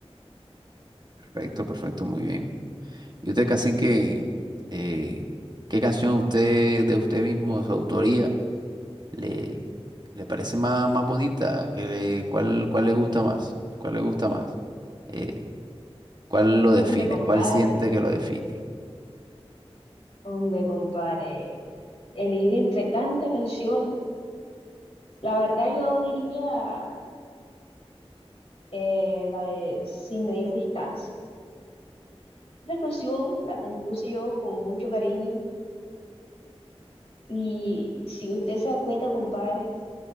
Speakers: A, on the right; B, on the left.
A: Perfecto, perfecto, muy bien. Y usted casi que, eh, ¿qué canción usted de usted mismo, de su autoría, le, le parece más, más bonita? ¿Que le- cuál, cuál le gusta más? ¿Cuál le gusta más? Eh, ¿Cuál lo define?
B: Hombre, compadre,
A: ¿Cuál siente que lo define?
B: hombre, compadre. Elegir entre tantas canciones la verdad yo diría eh, la de Sin medir distancias. La canción la compuse yo con mucho cariño y si usted se da cuenta, compadre,